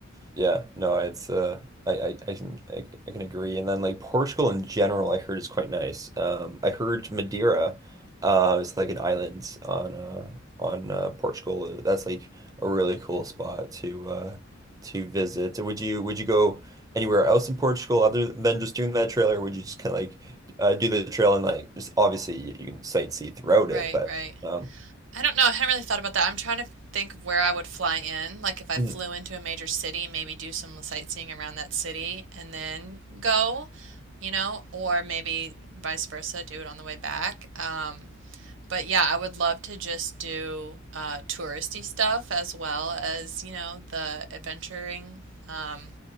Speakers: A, on the right (about 20°); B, on the right (about 65°).
A: Yeah, no, it's uh I, I, I can I, I can agree. And then like Portugal in general I heard is quite nice. Um I heard Madeira uh is like an island on uh on uh, Portugal. That's like a really cool spot to uh to visit. Would you would you go anywhere else in Portugal other than just doing that trail or would you just kind of like uh do the trail and like just obviously you, you can sightsee throughout
B: Right,
A: it, but
B: right.
A: um
B: I don't know. I hadn't really thought about that. I'm trying to think of where I would fly in. Like if I
A: mm,
B: flew into a major city, maybe do some sightseeing around that city and then go, you know, or maybe vice versa, do it on the way back. Um, But yeah, I would love to just do uh, touristy stuff as well as, you know, the adventuring. Um,